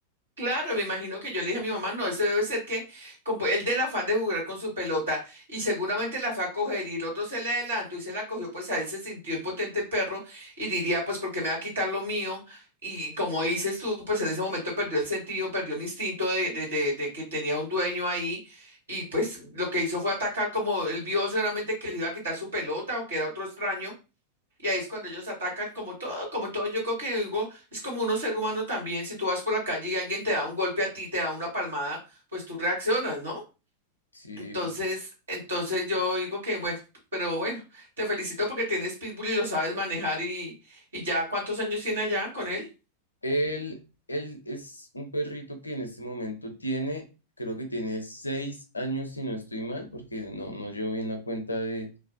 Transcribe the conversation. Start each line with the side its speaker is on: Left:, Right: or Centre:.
Right: Claro, me imagino que yo le dije a mi mamá, no, este debe ser que como él del afán de jugar con su pelota y seguramente la fue a coger y el otro se le adelantó y se la cogió, pues a él se sintió impotente el perro y diría, pues porque me va a quitar lo mío y como dices tú, pues en ese momento perdió el sentido, perdió el instinto de, de, de, de que tenía un dueño ahí y pues lo que hizo fue atacar como él vio seguramente que le iba a quitar su pelota o que era otro extraño y ahí es cuando ellos atacan como todo, como todo. Yo creo que digo, es como uno ser humano también. Si tú vas por la calle y alguien te da un golpe a ti, te da una palmada, pues tú reaccionas, ¿no?
Left: Sí,
Right: Entonces,
Left: un-
Right: entonces yo digo que bueno, pero bueno, te felicito porque tienes pitbull y lo sabes manejar y, y ya, ¿cuántos años tiene allá con él?
Left: él, él es un perrito que en este momento tiene, creo que tiene seis años si no estoy mal, porque no, no llevo bien la cuenta de,